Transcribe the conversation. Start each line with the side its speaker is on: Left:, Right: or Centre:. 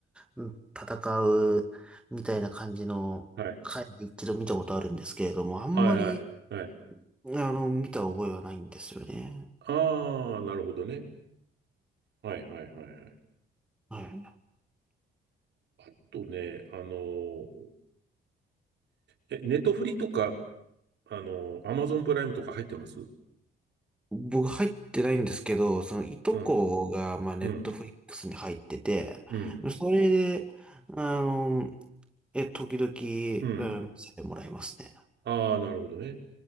Centre: うん戦うみたいな感じの回で一度見たことあるんですけれども、
Right: はい、
Centre: あんまり、
Right: はい、はい、はい。
Centre: あの、見た覚えはないんですよね。
Right: ああ、なるほどね。はい、はい、はい、はい。
Centre: はい。
Right: あとね、あのー、え、ネットフリとか、あのー、アマゾンプライムとか入ってます
Centre: 僕入ってないんですけど、そのいとこが、
Right: うん、
Centre: まあ、ネットフリックスに入ってて、
Right: うん、うん、
Centre: それで、あの、え、時々、
Right: うん。
Centre: うん見せてもらいますね。
Right: ああ、なるほどね。